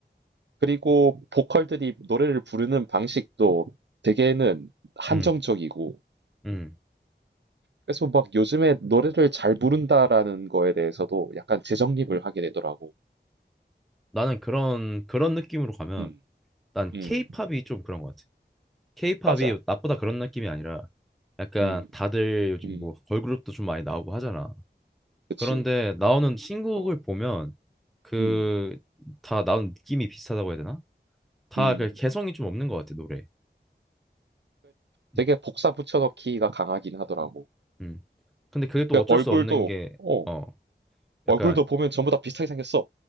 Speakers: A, on the right; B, in the centre.
A: 그리고 보컬들이 노래를 부르는 방식도 되게는 한정적이고
B: 음, 음.
A: 그래서 막 요즘에 노래를 잘 부른다라는 거에 대해서도 약간 재정립을 하게 되더라고.
B: 나는 그런 그런 느낌으로 가면
A: 음,
B: 난
A: 음,
B: 케이팝이 좀 그런 것 같아. 케이팝이
A: 맞아.
B: 나보다 그런 느낌이 아니라 약간
A: 음,
B: 다들 요즘
A: 음,
B: 뭐 걸그룹도 좀 많이 나오고 하잖아.
A: 그치.
B: 그런데 나오는 신곡을
A: 어,
B: 보면 그
A: 음,
B: 다 나오는 느낌이 비슷하다고 해야 되나? 다
A: 음.
B: 그 개성이 좀 없는 것 같아 노래. 음.
A: 되게 복사 붙여넣기가 강하긴 하더라고.
B: 음. 근데 그게 또
A: 그
B: 어쩔
A: 얼굴도,
B: 수 없는 게
A: 어,
B: 어
A: 얼굴도
B: 약간
A: 보면 전부 다 비슷하게 생겼어.